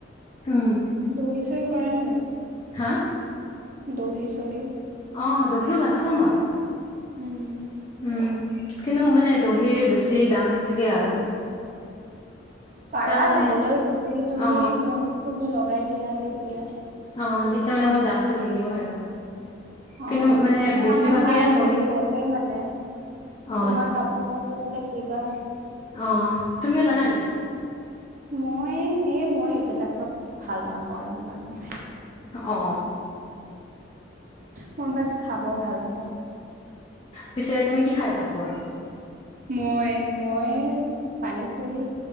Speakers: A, on the left; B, on the right.
A: উম
B: দহি চহি কৰা নে নাই?
A: হা?
B: দুহি, চহি?
A: অ' দহিও গাথো মই।
B: উম'।
A: উম', কিন্তু মানে দহিৰ বেছি দাম নাথাকে আৰু।
B: পাৰা
A: তাত মানে
B: লবলৈ যদি তুমি
A: অ
B: মনি-চনি লগাই দিয়া তেতিয়া।
A: অঁ তেতিয়া মানে অকমান দামটো হেৰি হয় আৰু। কিন্তু
B: অঁ
A: মানে
B: এ
A: বেছিভাগে
B: আমাৰ মায়ে
A: মণি
B: দহি বতে মানে।
A: অ
B: তোমাৰ কাপোৰ-চাপোৰ হলে দিবা!
A: অঁ তুমিও জানা নেকি?
B: মই এই মই এইবিলাকত ভাল নাপাওঁ এইবিলাক মই।
A: অ্
B: মই বাছ খাব ভাল পাওঁ।
A: পিছে তুমি কি খাই ভাল পোৱা?
B: মই, মই পানী পুৰি